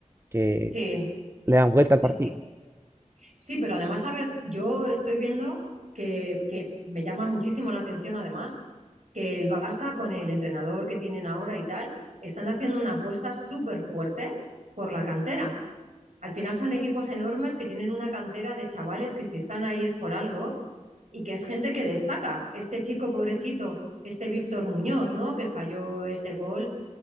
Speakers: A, on the right; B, on the right.
A: que
B: Sí,
A: le dan vuelta al
B: sí,
A: partido.
B: sí. Sí, pero además, sabes, yo estoy viendo que, que me llama muchísimo la atención, además, que el Barça con el entrenador que tienen ahora y tal, están haciendo una apuesta súper fuerte por la cantera. Al final son equipos enormes que tienen una cantera de chavales que si están ahí es por algo y que es gente que destaca. Este chico pobrecito, este Víctor Muñoz, ¿no? Que falló ese gol